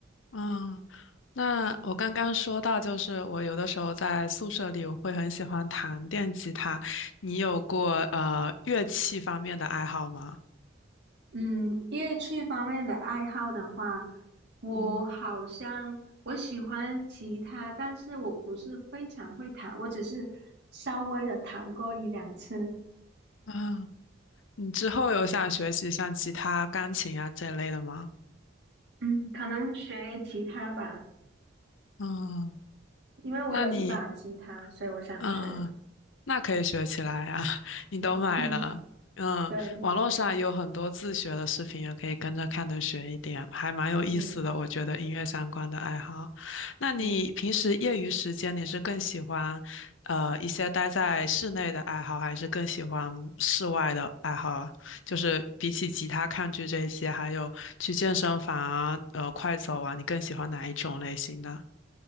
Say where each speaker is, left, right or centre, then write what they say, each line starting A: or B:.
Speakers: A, on the left; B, on the right.
A: 嗯，那我刚刚说到，就是我有的时候在宿舍里，我会很喜欢弹电吉他。你有过呃乐器方面的爱好吗？
B: 嗯，乐器方面的爱好的话，我好像我喜欢吉他，
A: 嗯
B: 但是我不是非常会弹，我只是稍微的弹过一两次。
A: 啊，你之后有想学习像吉他、钢琴啊这类的吗？
B: 嗯，可能学吉他吧，
A: 嗯，
B: 因为我有一把吉他，
A: 那你
B: 所以我想学。
A: 嗯，呃那可以学起来呀、<laughs> 你都买了，
B: 嗯哼，<laughs>
A: 嗯，
B: 对，
A: 网络上也有很多自学的视频，也可以跟着看着学一点，还蛮有意思的。
B: 嗯
A: 我觉得音乐相关的爱好，那你平时业余时间你是更喜欢，
B: 嗯，
A: 呃，一些待在室内的爱好，还是更喜欢室外的爱好啊？就是比起吉他、看剧这些，还有去健身房啊，呃，快走啊，你更喜欢哪一种类型的？